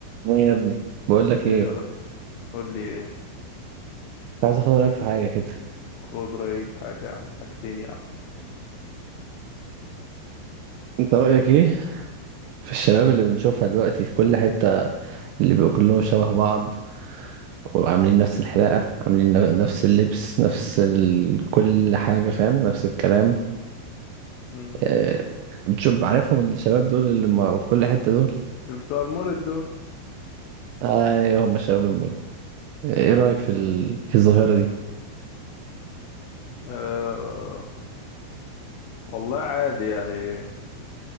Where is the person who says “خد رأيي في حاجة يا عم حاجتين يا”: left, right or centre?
Left